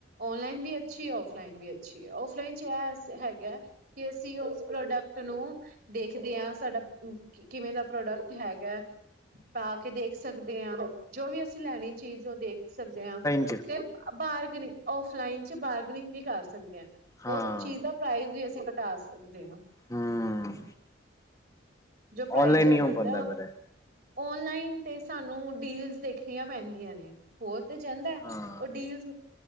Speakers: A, on the right; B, on the left.
A: ਓਨਲਾਈਨ ਵੀ ਅੱਛੀ ਐ ਆਫਲਾਈਨ ਵੀ ਅੱਛੀ ਐ। ਆਫਲਾਈਨ ਚ ਇਹ ਹੈਗਾ ਕਿ ਅਸੀਂ ਉਸ ਪ੍ਰੋਡਕਟ ਨੂੰ ਦੇਖਦੇਆਂ ਸਾਡਾ ਕਿਵੇਂ ਦਾ ਪ੍ਰੋਡਕਟ ਹੈਗਾ ਪਾ ਕੇ ਦੇਖ ਸਕਦੇ ਹਾਂ ਜੋ ਵੀ ਅਸੀਂ ਲੈਣੀ ਚੀਜ਼ ਉਹ ਦੇਖ ਸਕਦੇ ਹਾਂ
B: ਚ
A: ਤੇ ਬ ਬਾਰ ਗਨਿੰਗ ਔਫਲਾਈਨ ਚ ਬਾਰਗਨਿੰਗ ਵੀ ਕਰ ਸਕਦੇ ਆ
B: ਹਾਂ
A: ਉਹ ਚੀਜ਼ ਦਾ ਪ੍ਰਾਈਜ਼ ਵੀ ਅ ਅਸੀਂ ਘਟਾ ਸਕਦੇ ਹਾਂ
B: ਹੂੰ
A: ਜੋ ਪ੍ਰਾਈਜ਼
B: ਔਨਲਾਈਨ
A: ਰੇਟ
B: ਨੀ ਹੋ
A: ਹੁੰਦਾ
B: ਪਾਂਦਾ
A: ਉ
B: ਪਰ ਐ
A: ਔਨਲਾਈਨ ਤੇ ਸਾਨੂੰ ਡੀਲਸ ਦੇਖਣੀਆਂ ਪੈਂਦੀਆਂ ਨੇ ਹੋਰ ਤੇ ਜਾਂਦਾ ਐ
B: ਹਾਂ
A: ਉਹ ਡੀਲਸ